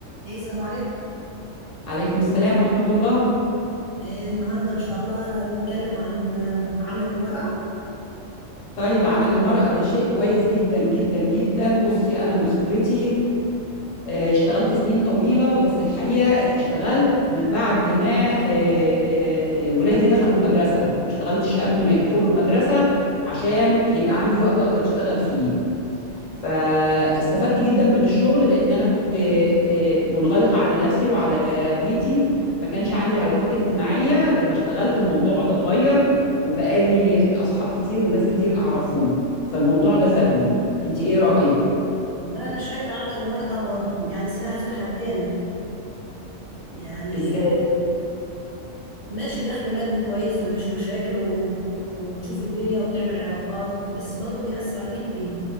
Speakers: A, on the right; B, on the left.
A: ايه السلام عليكم
B: عليكم السلام ورحمة الله
A: إيه النهارده ان شاء الله هنتكلم عن آه، عمل المرأة
B: طيب عمل المرأة ده شيء كويس جدا جدا جدا بصي أنا من خبرتي آه، اشتغلت سنين طويلة بس الحقيقة اشتغلت من بعد ما آه، آه، آه، ولادي دخلوا المدرسة ما اشتغلتش قبل ما يدخلوا المدرسة عشان يبقى عندي وقت أقدر أشتغل فيه فاستفدت جدا من الشغل لان انا كنت آه، منغلقه على نفسي وعلى بيتي ما كانش عندي علاقات اجتماعيه لما اشتغلت الموضوع ده اتغير وبقالي اصحاب كتير وناس كتير اعرفهم فالموضوع ده فادني انت ايه رايك
A: والله انا شايفة عمل المرأة ب- يعني سلاح ذو حدين يعني
B: ازاي
A: ماشي دخل مادي كويس مفيش مشاكل و... وبتشوف الدنيا وبتعمل علاقات بس برضه بيأثر عليك انت